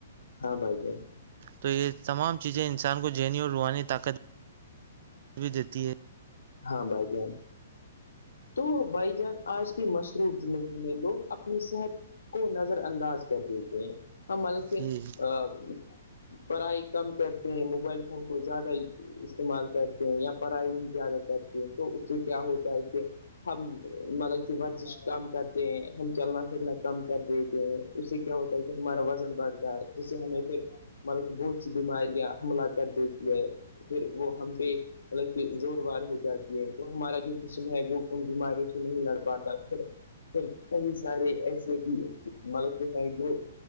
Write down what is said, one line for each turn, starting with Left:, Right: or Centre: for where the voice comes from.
Left: ہاں بھائی بھائی
Right: تو یہ تمام چیزیں انسان کو ذہنی اور روحانی طاقت بھی دیتی ہے-
Left: ہاں بھائی جان تو بھائی جان آج- مصروف زندگی میں لوگ اپنی صحت کو نظر انداز کر دیتے ہیں- ہاں ملک پہ-
Right: جی
Left: پڑھائی کم کرتے ہیں موبائل فون کو زیادہ استعمال کرتے- یا پڑھائی بھی زیادہ کرتے ہیں تو اس سے کیا ہوتا ہے کہ ہم مطلب کہ ورزش کم کرتے ہیں ہم چلنا پھرنا کم کر دیتے ہیں اس سے کیا ہوتا ہے کہ ہمارا وزن بڑھتا ہے اس سے ہمیں پھر ملطلب بہت سی بیماریاں حملہ کر دیتی ہے پھر وہ ہم پہ مطلب کہ زور وار ہو جاتی ہے تو ہمارا جو جسم ہے وہ ان بیماریوں سے نہیں لڑ پاتا پھر پھر کئی سارے ایسے بھی مطلب کہ ہے جو-